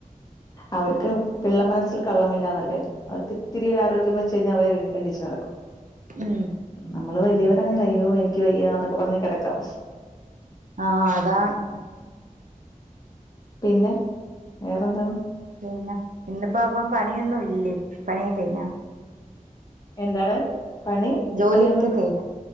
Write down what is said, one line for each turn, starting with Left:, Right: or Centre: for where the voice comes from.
Left: അവർക്ക് പിള്ള മനസ്സിൽ കള്ളമില്ലാന്നല്ലേ അവർക്ക് ഇത്തിരി ഒരു ആരോഗ്യം വെച്ച് കഴിഞ്ഞാൽ അവര് എണീച്ച് നടക്കും
Right: ഉം
Left: നമ്മള് വല്ല്യോരാണെങ്കിൽ അയ്യോ എനിക്ക് വയ്യാ അതൊ ക്കെ പറഞ്ഞ് കെടക്കാം
Right: ആഹ് അതാണ്
Left: പിന്നെ വേറെന്താണ്
Right: പിന്നെ ഇന്നിപ്പോ അപ്പം പണിയൊന്നും ഇല്ലേ പണിയൊക്കെ കഴിഞ്ഞോ
Left: എന്താണ് പണി
Right: ജോലിയൊക്കെ
Left: പണിയൊന്നും
Right: കഴിഞ്ഞോ